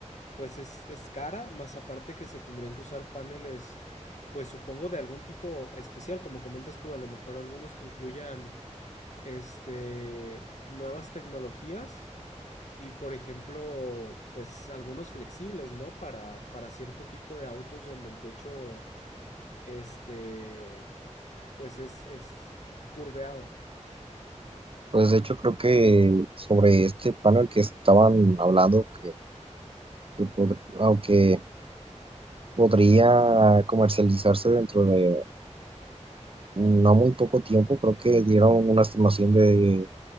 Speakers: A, on the left (about 70°); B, on the right (about 50°).
A: pues es, es cara, más aparte que se tendrían que usar paneles, pues supongo de algún tipo especial, como comentas tú, a lo mejor algunos que incluyan, este, nuevas tecnologías Y por ejemplo, pues algunos flexibles, ¿no? Para, para cierto tipo de autos donde el techo, este, pues es, es curveado.
B: Pues de hecho creo que sobre este panel que estaban hablando, que, que pod- aunque podría comercializarse dentro de no muy poco tiempo, creo que dieron una estimación de